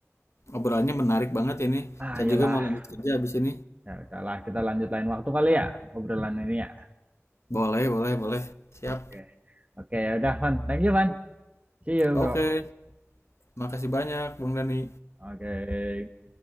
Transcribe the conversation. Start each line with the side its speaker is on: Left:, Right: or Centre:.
Left: obrolannya menarik banget ini.
Right: Ah,
Left: Saya
Right: iyalah.
Left: juga mau lanjut kerja habis ini.
Right: Ya udahlah, kita lanjut lain waktu kali ya obrolan ini ya.
Left: Boleh, boleh, boleh. Siap.
Right: Oke. Okay. Oke, okay, ya udah, Van. Thank you, Van. See you,
Left: Oke,
Right: bro.
Left: makasih banyak, Bung Dani.
Right: Oke. Okay.